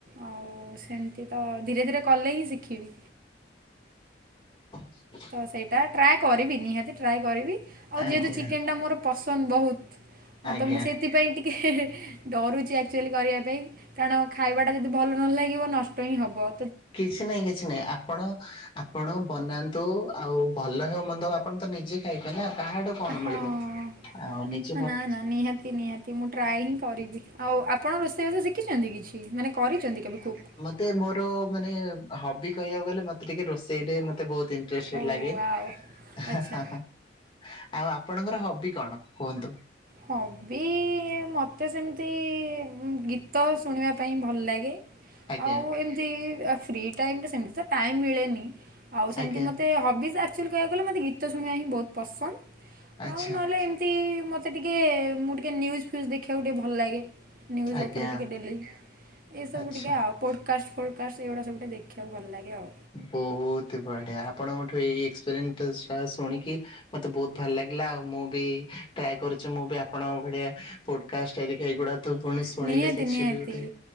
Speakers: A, on the right; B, on the left.
A: ଆଉ ସେମିତି ତ ଧୀରେ ଧୀରେ କଲେ ହିଁ ଶିଖିବି।
B: <inaudible>
A: ତ ସେଇଟା ଟ୍ରାଏ କରିବି ନିହାତି ଟ୍ରାଏ କରିବି ଆଉ
B: ଆଜ୍ଞା
A: ଯେହେତୁ ଚିକେନଟା ମୋର ପସନ୍ଦ ବହୁତ୍ ହଁ
B: ଆଜ୍ଞା
A: ତ ମୁଁ ସେଇଥିପାଇଁ ଟିକେ ଡରୁଛି ଆକ୍ଚୁଆଲି କରିବା ପାଇଁ କାରଣ ଖାଇବାଟା ଯଦି ଭଲ ନ ଲାଗିବ ନଷ୍ଟ ହିଁ ହବ।
B: କିଛି ନାଇଁ କିଛି ନାଇଁ ଆପଣ ଆପଣ ବନାନ୍ତୁ ଆଉ ଭଲ ହଉ ମନ୍ଦ ଆପଣ ତ ନିଜେ ଖାଇବେ ନା କହାଡୁ କଣ
A: ହଁ।
B: ମିଳିବ? ଆଉ ନିଜ
A: ନା ନା ନିହାତି ନିହାତି ମୁଁ ଟ୍ରାଏ ହିଁ କରିବି ଆଉ ଆପଣ ରୋଷେଇ ବାସ ସି ଖୀ ଛନ୍ତି କିଛି ମାନେ କରିଛନ୍ତି କେବେ ଖୁବ
B: ତେ ମୋର ମାନେ ହବି କହିବାକୁ ଗଲେ ମତେ ଟିକେ ରୋଷେଇରେ ମତେ ବହୁତ ଇ ଇଟ୍ରେଷ୍ଟେ୍ଡ
A: ଓ ୱାଓ
B: ହା
A: ଆଚ୍ଛା
B: ହା ହା ଆଉ ଆପଣଙ୍କର ହବି କଣ କୁହନ୍ତୁ?
A: ହବି ମୋତେ ସେମିତି ଗୀତ ଶୁଣିବା ପାଇଁ ଭଲ ଲାଗେ।
B: ଆଜ୍ଞା
A: ଆଉ ଏମିତି ଫ୍ରି ଟାଇମରେ ସେମିତି ତ ଟାଇମ ମିଳେନି। ଆଉ ସେମିତି
B: ଆଜ୍ଞା
A: ମୋତେ ହବିଜ୍ ଆକ୍ଚୁଆଲି କହିବାକୁ ଗଲେ ମୋତେ ଗୀତ ଶୁଣିବା ହିଁ ବହୁତ ପସନ୍ଦ
B: ଆଚ୍ଛା
A: ଆଉ ନହେଲେ ଏମି ତି ମତେ ଟିକେ ମୁଁ ଟିକେ ନିୁଜ୍ ଫ୍ୟଜ୍ ଦେଖିବାକୁ ଟିକେ ଭଲ ଲାଗେ। ନ୍ୟୁଜ୍
B: ଆଜ୍ଞା।
A: ଉପରେ ଟିକେ ଡେଲି ଏସବୁ
B: ଆଚ୍ଛା
A: ଟିକେ ଆଉ। ପୋଡ଼କାଷ୍ଟ ଫୋଡ଼କାଷ୍ଟ ଏଗୁଡ଼ା ସବୁଟେ ଦେଖିବାକୁ ଭଲ ଲାଗେ ଆଉ।
B: ବହୁତ ବଢିଆ ଆପଣଙ୍କଠୁ ଏଇ ଏକ୍ସେପେରେ ଟା ଶୁଣିକି ମତେ ବହୁତ ଭଲ ଲାଗିଲା ଆଉ ମୁଁ ବି ଟ୍ରାଏ କରୁଛି ମୁଁ ବି ଆପଣଙ୍କ ଭଳିଆ ପୋଡକାଷ୍ଟ୍ ହେରିକା ଏଇଗୁଡା ତ ପୁଣି ଶୁଣିଲେ
A: ନିହାତି
B: କିଛି
A: ନିହାତି
B: ବି ଗୋଟେ